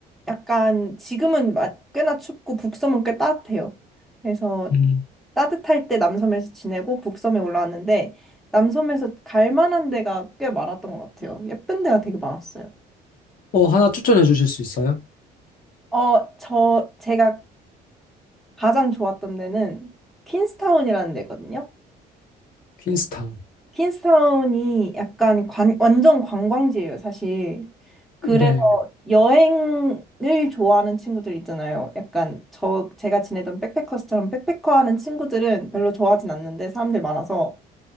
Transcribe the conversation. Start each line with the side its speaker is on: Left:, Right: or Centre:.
Centre: 약간 지금은 마- 꽤나 춥고 북섬은 꽤 따뜻해요. 그래서
Left: 음.
Centre: 따뜻할 때 남섬에서 지내고 북섬에 올라왔는데 남섬에서 갈 만한 데가 꽤 많았던 것 같아요. 예쁜 데가 되게 많았어요.
Left: 어, 하나 추천해 주실 수 있어요?
Centre: 어, 저, 제가 가장 좋았던 데는 퀸스타운이라는 데거든요.
Left: 퀸스타운.
Centre: 킨스타운이 약간 관, 완전 관광지예요, 사실. 그래서
Left: 네.
Centre: 여행을 좋아하는 친구들 있잖아요. 약간 저 제가 지내던 백패커스처럼 백패커 하는 친구들은 별로 좋아하진 않는데 사람들 많아서